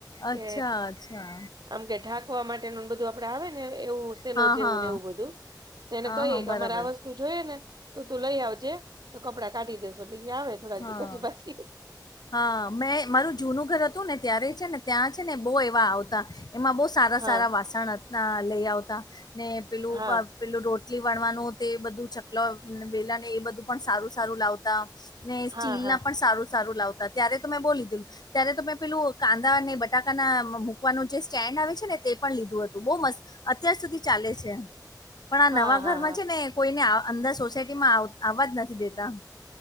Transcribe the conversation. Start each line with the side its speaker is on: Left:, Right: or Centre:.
Left: અચ્છા
Right: કે
Left: અચ્છા
Right: આમ કે ઢાંકવા માટેનુંને બધું આપડે આવે ને એવું હસેલો
Left: હા
Right: જેવું
Left: હા
Right: ને એવું બધું તો એને
Left: હા
Right: કહીએ
Left: હા
Right: કે
Left: બરાબર
Right: અમારે આ વસ્તુ જોઈએ ને તો તું લઈ આવજે. તો કપડાં કાઢી દેસો આવે થોડાક
Left: હા
Right: પછી પાછી
Left: હા મે મારું જૂનું ઘર હતું ને ત્યારે છે ને ત્યાં છે ને બહુ એવા આવતા એમાં બહુ સારા
Right: હા
Left: સારા વાસણ ના લઈ આવતા ને પેલું
Right: હા
Left: પેલું રોટલી વણવાનું તે બધું ચકલા વેલા ને એ બધું પણ સારું સારું લાવતા. ને સ્ટીલના
Right: હા હા
Left: પણ સારું સારું લાવતા ત્યારે તો મેં બવ લીધું. ત્યારે તો મેં પેલું કાંદા અને બટાકાના મૂકવાનું જે સ્ટેન્ડ આવે છે ને તે પણ લીધું હતું બહુ મસ્ત હતું. અત્યાર સુધી ચાલે છે પણ આ
Right: હા
Left: નવા
Right: હા
Left: ઘરમાં
Right: હા
Left: છે ને કોઈને અંદર સોસાયટીમાં આવવા જ નથી દેતા